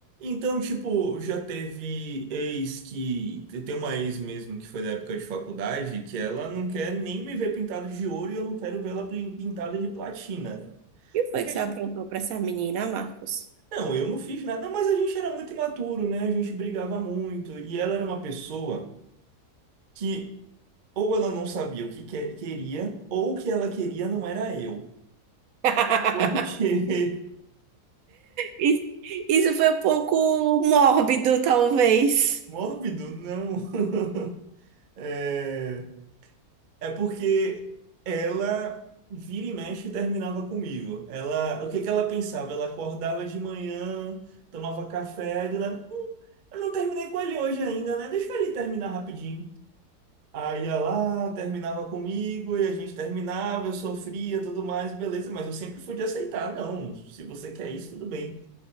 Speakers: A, on the right; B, on the right.
A: Então, tipo, já teve ex que. Tem uma ex mesmo que foi da época de faculdade que ela não quer nem me ver pintado de ouro e eu não quero ver ela pin- pintada de platina.
B: O que foi
A: Porque,
B: que você aprontou pra essa menina, Marcos?
A: Não, eu não fiz nada, mas a gente era muito imaturo, né? A gente brigava muito. E ela era uma pessoa que ou ela não sabia o que que- é, queria, ou o que ela queria não era eu.
B: <laughs>
A: Porque <laughs>
B: Isso isso foi um pouco mórbido, talvez.
A: mórbido, não. <laughs> É, é porque ela vira e mexe e terminava comigo. Ela, o que que ela pensava? Ela acordava de manhã, tomava café, do nada, Eu não terminei com ele hoje ainda, né? Deixa ele terminar rapidinho. Aí ia lá, terminava comigo e a gente terminava, eu sofria, tudo mais, beleza, mas eu sempre fui de aceitar, não. Se você quer isso, tudo bem.